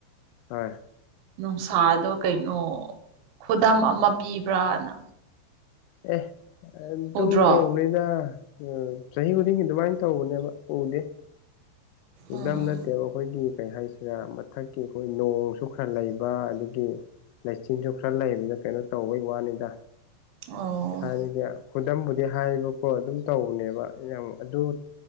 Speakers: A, on the left; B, on the right.
A: ꯍꯣꯏ
B: ꯅꯨꯡꯁꯥꯗꯣ ꯀꯩꯅꯣ ꯈꯨꯗꯝ ꯑꯃ ꯄꯤꯕ꯭ꯔꯅ
A: ꯑꯦ ꯑꯗꯨꯝ
B: ꯎꯗ꯭ꯔꯣ
A: ꯇꯧꯕꯅꯤꯗ ꯎꯝ ꯆꯍ ꯈꯨꯗꯤꯡꯒꯤ ꯑꯗꯨꯃꯥꯏ ꯇꯧꯕꯅꯦꯕ ꯎꯗꯦ ꯎꯗꯝ
B: ꯎꯝ
A: ꯅꯠꯇꯦꯕ ꯑꯩꯈꯣꯏꯒꯤ ꯀꯩ ꯍꯥꯏꯁꯤ ꯁꯤꯔ ꯃꯊꯛꯀꯤ ꯑꯩꯈꯣꯏ ꯅꯣꯡꯁꯨ ꯈꯔ ꯂꯩꯕ ꯑꯗꯨꯒꯤ ꯂꯩꯆꯤꯟꯁꯨ ꯈꯔ ꯂꯩꯕꯗ ꯀꯩꯅꯣ ꯇꯧꯕꯩ ꯋꯥꯅꯤꯗ
B: ꯑꯣ
A: ꯊꯥꯏꯅꯒꯤ ꯈꯨꯗꯝꯕꯨꯗꯤ ꯍꯥꯏꯕꯀꯣ ꯑꯗꯨꯝ ꯇꯧꯕꯅꯦꯕ ꯑꯩꯅ ꯑꯗꯨ